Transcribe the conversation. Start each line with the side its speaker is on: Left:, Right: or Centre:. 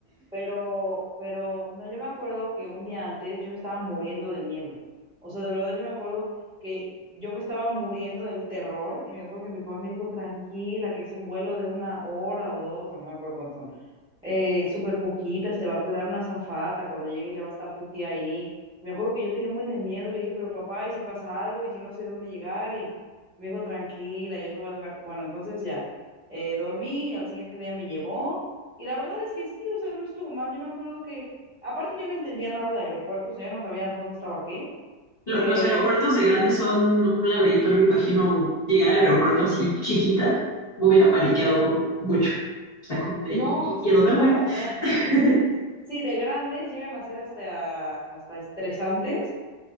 Centre: Pero, pero, no, yo me acuerdo que un día antes yo me estaba muriendo de miedo. O sea, de verdad yo me acuerdo que yo me estaba muriendo del terror y me acuerdo que mi papá me dijo, tranquila, que es un vuelo de una hora o dos, o no me acuerdo cuántos son eh, súper poquitas, te va a cuidar una azafata, cuando llegues ya va a estar tu tía ahí. Me acuerdo que yo tenía un buen de miedo, le dije, pero papá, ¿y si pasa algo? ¿Y si no sé dónde llegar? Y me dijo, tranquila, yo te voy a dejar. Bueno, entonces ya, eh, dormí, al siguiente día me llevó, y la verdad es que sí, o sea, no estuvo mal. Yo me acuerdo que, aparte yo no entendía nada de aeropuertos, o sea, yo no sabía dónde estaba qué.
Left: Lo-
Centre: Eh,
Left: los aeropuertos de grande son un laberinto, no me imagino llegar al aeropuerto así chiquita, me hubiera paniqueado mucho. O sea, como de,
Centre: no,
Left: ¿y, y-
Centre: sí,
Left: y a dónde
Centre: tienes
Left: voy?
Centre: razón.
Left: <laughs>
Centre: Sí, de grandes llegan a ser hasta, hasta estresantes